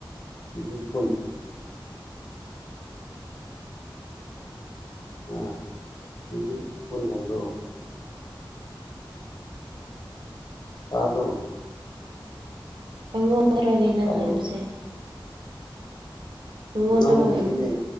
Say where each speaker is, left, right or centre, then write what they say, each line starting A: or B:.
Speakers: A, on the left (about 55°); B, on the right (about 65°).
A: ꯀꯦꯖꯤ ꯀꯨꯟ ꯎꯝ ꯀꯦꯖꯤ ꯀꯨꯟ ꯍꯥꯏꯕ꯭ꯔꯣ ꯇꯥꯕ꯭ꯔꯣ
B: ꯑꯩꯉꯣꯟꯗꯔꯅꯦ ꯅꯪ
A: ꯍꯜꯂꯣ
B: ꯍꯥꯏꯕꯁꯦ ꯑꯩꯉꯣꯟꯗꯔꯣ
A: ꯅꯪꯕꯨꯅꯤꯅꯦ